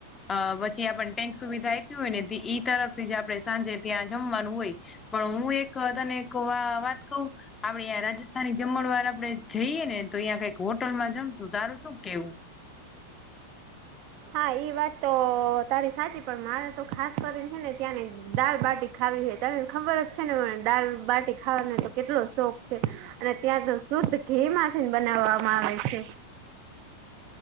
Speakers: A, on the left (about 20°); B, on the right (about 45°).
A: અ પછી આપને ટેન્ક સુવિધા આપી હોય ને ઈ તરફથી જે આપણે સાંજે ત્યાં જમવાનું હોય. પણ હું એક તને એક વા વાત કહું. આપડે તંયા રાજસ્થાની જમણ વાર આપડે જઈએ ને તો અહીંયા કઈક હોટલમાં જમશું તારું શું કેવું? <inaudible>
B: હા એ વાત તો તારી સાચી પણ મારે તો ખાસ કરીને છે ને ત્યાં ને દાલ બાટી ખાવી છે તને ખબર જ છે ને દાલ બાટી ખાવાનો તો કેટલો શોખ છે. અને ત્યાં તો શુદ્ધ ઘી માંથી બનાવવામાં આવે છે.